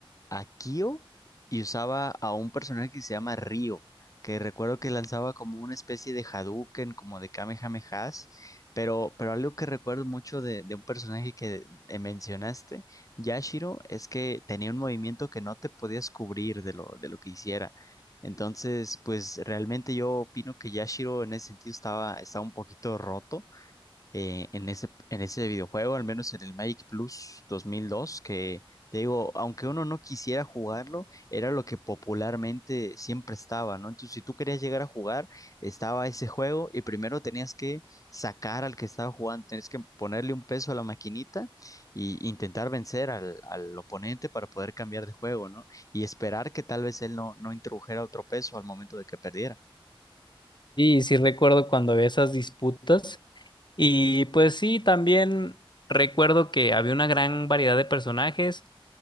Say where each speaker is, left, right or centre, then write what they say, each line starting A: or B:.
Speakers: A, on the left; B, on the left.
A: a Kyo y usaba a un personaje que se llama Ryo, que recuerdo que lanzaba como una especie de Hadouken, como de Kamehamehas. Pero, pero algo que recuerdo mucho de, de un personaje que eh, mencionaste, Yashiro, es que tenía un movimiento que no te podías cubrir de lo, de lo que hiciera. Entonces, pues realmente yo opino que Yashiro en ese sentido estaba, estaba un poquito roto eh, en ese, en ese videojuego, al menos en el Magic Plus 2002, que te digo, aunque uno no quisiera jugarlo, era lo que popularmente siempre estaba, ¿no? Entonces, si tú querías llegar a jugar, estaba ese juego y primero tenías que sacar al que estaba jugando, tenías que ponerle un peso a la maquinita y intentar vencer al, al oponente para poder cambiar de juego, ¿no? Y esperar que tal vez él no, no introdujera otro peso al momento de que perdiera.
B: Y sí recuerdo cuando había esas disputas. Y pues sí, también recuerdo que había una gran variedad de personajes.